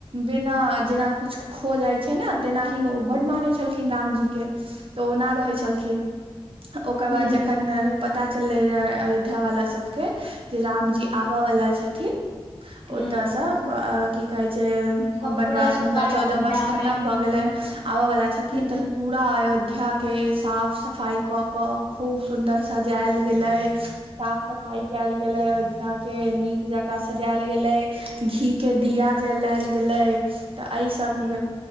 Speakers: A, on the right; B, on the left.
A: बिना जेना किछु हो जाइ छै ने तेनाही ओ बड्ड मानै छलखिन रामजी के तऽ ओना रहै छलखिन ओकर
B: हूँ
A: बाद जखन पता चललै रहै अयोध्या वाला सबके जे रामजी आबऽ वला छथिन
B: हूँ
A: ओ तऽस अ की जे
B: सब
A: वनवास
B: पूरा
A: हुनकर
B: अयोध्या
A: चौदह वर्ष खतम
B: मे
A: भऽ गेलनि आबऽवला छथिन
B: हूँ
A: तऽ पूरा अयोध्या अयोध्या के साफ सफाई क क खूब सुंन्दर सजायल गेलै साफ-सफाई कयल गेलै अयोध्या के नीक जका सजायल गेलै घीे के दिया जलायल गेलै तऽ एहि सब
B: हूँ